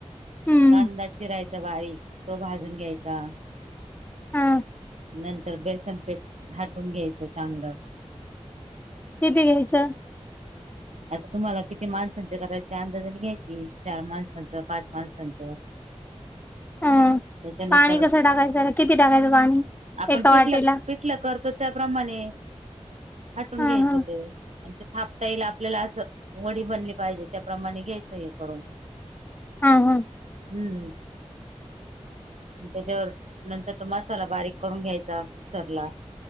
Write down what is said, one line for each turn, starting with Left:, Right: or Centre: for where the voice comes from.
Left: हम्म
Right: कांदा चिरायचां बारीक तो भाजूंन घ्यायचां
Left: हा
Right: नंतर बेसन पीठ हाटूंन घ्यायचं चांगलं
Left: किती ईचं
Right: आंता तुम्हांला माणसांचे करायची अंदाज आणि घ्यायची चार माणसांचं पांच माणसांचं
Left: अं
Right: त्याच्यानुसार
Left: पाणी कसं टाकायचंला किती टाकायचं पाणी
Right: आपणं
Left: एका वाटीला
Right: पिठलं पिठलं करतो त्यांप्रमाणे हटूंन
Left: हा
Right: घ्यायचं
Left: हा
Right: ते आणि ते थांपता येईल आपल्यांला असं वडी बनली पाहिजे त्यांप्रमाणे घ्यायचं हे करूंन
Left: हां हां
Right: हम्मं त्यांच्यावरं नंतर तो मसांला बारीक करूंन घ्यायचां मिक्सर लां